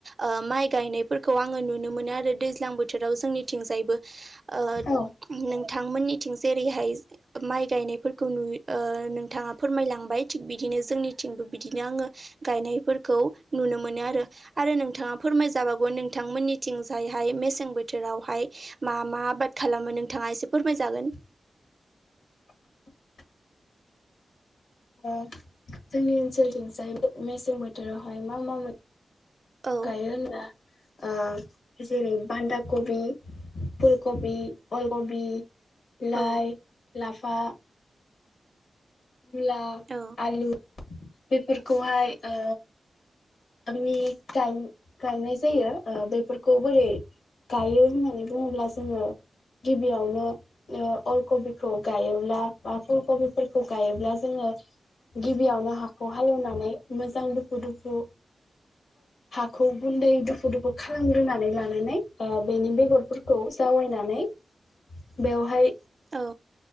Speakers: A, on the right; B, on the left.
A: ओ माइ गायनायफोरखौ आङो नु नुनो मोनो आरो दैज्लां बोथोराव जोंनिथिंजायबो ओ
B: औ
A: नों थांमोननिथिं जेरैहाय माइ गायनायफोरखौ नुय नोंथाङा फोरमायलांबाय। थिग बिदिनो जोंनिथिंबो बिदिनो आङो गायनायफोरखौ नुनो मोनो आरो आरो नोंथाङा फो फोरमाय जाबावगौ नोंथांमोननिथिंजायहाय मेसें बोथोरावहाय मा मा आबाद खालामो नोंथाङा एसे फोरमायजागोन।
B: <inaudible> ओ जोंनि ओनसोलथिं जाय मेसें बोथोरावहाय मा मा मोन
A: औ
B: गायो होनब्ला ओ जेरै बान्दा कबि फुलकबि अलकबि
A: औ
B: लाइ लाफा मुला
A: औ
B: आलु बेफोरखौहाय ओ आंनि गाय गायनाय जायो ओ बेफोरखौ बोरै गायो होननानै बुङोब्ला जोङो गिबियावनो ओ अलकबिखौ गायोब्ला बा फुल कबिफोरखौ गायोब्ला जोङो गिबियावनो हाखौ हालोवनानै मोजां दुफु दुफु हाखौ गुन्दै दुफु दुफु खालामग्रोनानै लानानै बेनि बेगरफोरखौ जावाय नानै बेयावहाय
A: औ